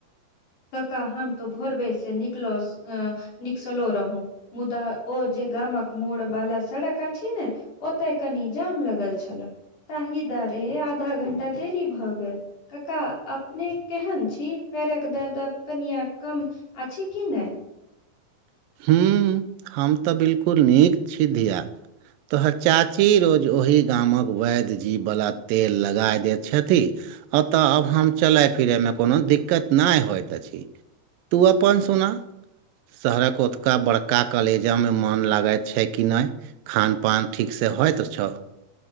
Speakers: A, on the left; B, on the right.
A: कका हम तो भोर बे से निकलो अ निकसलो रहू मुदा ओ जे गामक मोड़ बाला सड़क आछि ने ओतय कनि जाम लगल छलए तहि दरे आधा घंटा देरी भऽ गेल कका अपने केहन छी पैरक दर्द कनीआ कम अछि कि नहि
B: हू हम तऽ बिलकुल नीक छी धिया तो चाची रोज ओही गामक वैद्य जीववला तेल लगाए दैत छथि एतय आब हम चलय फिरयमे कोनो दिक्कत नहि होइत अछि तूआ पान सोना सारा ओतका बड़का कॉलेजा में मन लागैत छै कि नहि खानपान ठीकसँ होइत अछौ